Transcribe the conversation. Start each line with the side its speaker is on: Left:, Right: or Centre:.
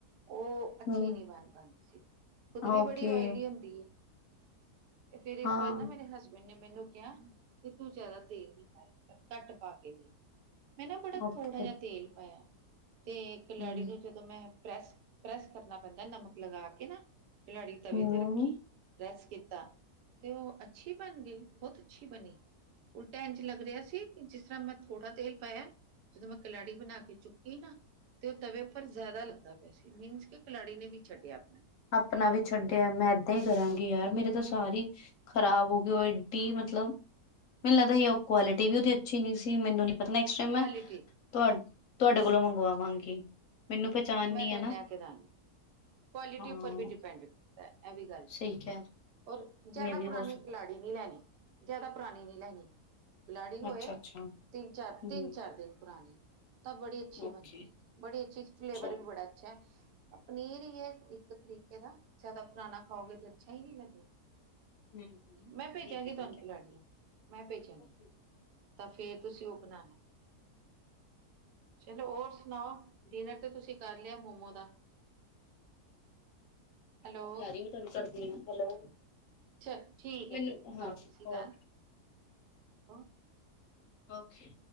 Right: ਓ ਅੱਛੀ
Left: ਹੂੰ,
Right: ਨੀ ਬਣ ਪਾੰਦੀ ਸੀ ਖੁੱਦ
Left: ਓਕੇ
Right: ਵੀ ਬੜੀ ਓਇਲੀ ਹੁੰਦੀ ਏ। ਏ ਫਿਰ ਇਸ
Left: ਹਾਂ
Right: ਵਾਰ ਨਾ ਮੇਰੇ ਹਸਬੈਂਡ ਨੇ ਮੈਨੂੰ ਕਿਆ ਕਿ ਤੂੰ ਜੈਦਾ ਤੇਲ ਨੀ ਪਾਯਾ ਕਰ, ਘੱਟ ਪਾ ਕੇ ਦੇਖ। ਮੈਂ ਨਾ ਬੜਾ
Left: ਓਕੇ
Right: ਥੋੜਾ ਜਾ ਤੇਲ ਪਾਯਾ, ਤੇ ਕਿਲਾਰੀ
Left: ਹੂੰ
Right: ਵਿੱਚ ਤ ਮੈਂ ਪ੍ਰੈਸ ਪ੍ਰੈਸ ਕਰਨਾ ਪੈਂਦੈ ਨਮਕ ਲਗਾ ਕੇ ਨਾ। ਕਲਾੜੀ ਤਵੇ
Left: ਹੂੰ
Right: ਤੇ ਰੱਖੀ, ਪ੍ਰੈਸ ਕੀਤਾ। ਤੇ ਓ ਅੱਛੀ ਬਣ ਗਈ, ਬੌਤ ਅੱਛੀ ਬਣੀ। ਉਲਟਾ ਐੰਝ ਲੱਗ ਰਿਹਾ ਸੀ, ਜਿਸ ਤਰ੍ਹਾਂ ਮੈਂ ਥੋੜ੍ਹਾ ਤੇਲ ਪਾਯੈ ਜਦੋਂ ਮੈਂ ਕਲਾੜੀ ਬਣਾ ਕੇ ਚੁੱਕੀ ਨਾ ਤੇ ਉਹ ਤਵੇ ਉਪਰ ਜਿਆਦਾ ਲੱਗਦਾ ਪਿਆ ਸੀ, ਮੀਨਸ ਕਿ ਕਲਾੜੀ ਨੇ ਵੀ ਛੱਡਿਆ ਆਪਣਾ।
Left: ਆਪਣਾ ਵੀ ਛੱਡਿਆ ਮੈਂ ਏਦਾਂ ਈ ਕਰਾਂਗੀ ਯਾਰ ਮੇਰੇ ਤਾਂ ਸਾਰੀ ਖ਼ਰਾਬ ਹੋਗੀ, ਉਹ ਏਡੀ ਮਤਲਬ ਮੈਨੂੰ ਲੱਗਦਾ ਈ ਉਹ ਕੁਆਲਿਟੀ ਵੀ ਓਦੀ ਅੱਛੀ ਨੀ ਸੀ ਮੈਨੂੰ ਨੀ ਪਤਾ ਉਸ ਟੈਮ ਮੈਂ
Right: ਕੁਆਲਿਟੀ
Left: ਤੁਆਡ ਤੁਆਡੇ
Right: ਹੂੰ
Left: ਕੋਲੋਂ ਮੰਗਵਾਵਾਂਗੀ, ਮੈਨੂੰ ਪੈਚਾਣ ਨੀ
Right: ਮੈਂ ਤੁਹਾਨੂੰ
Left: ਐ ਨਾ।
Right: ਲਿਆ ਕੇ ਦਾਂਗੀ। ਕੁਆਲਿਟੀ
Left: ਹਾਂ
Right: ਉੱਪਰ ਵੀ ਡਿਪੈਂਡ ਕਰਦੈ, ਐਵੀ ਗੱਲ ਠੀਕ
Left: ਸਹੀ ਕਹਿ
Right: ਐ। ਔਰ ਜਿਆਦਾ
Left: ਮੇ ਵੀ
Right: ਪੁਰਾਣੀ
Left: ਹੋ ਸਕਦਾ
Right: ਕਲਾੜੀ ਨੀ ਲੈਣੀ, ਜਿਆਦਾ ਪੁਰਾਣੀ ਨੀ ਲੈਣੀ। ਕਲਾੜੀ ਹੋਏ,
Left: ਅੱਛਾ ਅੱਛਾ
Right: ਤਿੰਨ-ਚਾਰ
Left: ਹਮ
Right: ਤਿੰਨ-ਚਾਰ ਦਿਨ ਪੁਰਾਣੀ। ਤਾਂ ਬੜੀ ਅੱਛੀ
Left: ਓਕੇ
Right: ਬਣਦੀ ਏ, ਬੜੀ ਅੱਛੀ ਫਲੇਵਰ
Left: ਚਲ
Right: ਵੀ ਬੜਾ ਅੱਛੈ। ਪਨੀਰ ਈ ਏ ਇੱਕ ਤਰੀਕੇ ਦਾ, ਜ਼ਿਆਦਾ ਪੁਰਾਣਾ ਖਾਓਗੇ ਤੇ ਅੱਛਾ ਹੀ ਨਹੀਂ ਲੱਗੇਗਾ।
Left: ਹਮ
Right: ਮੈਂ ਭੇਜਾਂਗੀ
Left: ਠੀਕ ਹੈ
Right: ਤੁਹਾਨੂੰ
Left: ਠੀਕ ਹੈ
Right: ਕਲਾੜੀ, ਮੈਂ ਭੇਜਾਂਗੀ।
Left: ਓਕੇ
Right: ਤਾਂ ਫੇਰ ਤੁਸੀਂ ਉਹ ਬਨਾਣਾ। ਚਲੋ ਹੋਰ ਸੁਣਾਓ। ਡਿਨਰ ਤੇ ਤੁਸੀਂ ਕਰ ਲਿਆ ਮੋਮੋ ਦਾ। ਹੈਲੋ
Left: ਆ ਰਹੀ, ਮੈਂ ਤੁਹਾਨੂੰ ਕਰਦੀ ਆਂ। ਹੈਲੋ,
Right: ਚ ਠੀਕ
Left: ਮੈਨੂੰ
Right: ਹੈ ਠੀਕ ਹੈ
Left: ਹਾਂ,
Right: ਕਰੋ ਤੁਸੀਂ ਗੱਲ
Left: ਓਕੇ।
Right: <unintelligible>
Left: ਓਕੇ।